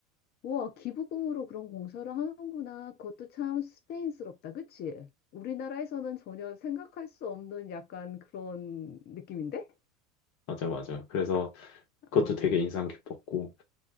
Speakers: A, on the left; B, on the left.
A: 와, 기부금으로 그런 공사를 하는구나. 그것도 참 스페인스럽다, 그치? 우리나라에서는 전혀 생각할 수 없는 약간 그런 느낌인데?
B: 맞아, 맞아. 그래서 그것도
A: 어,
B: 되게 인상 깊었고.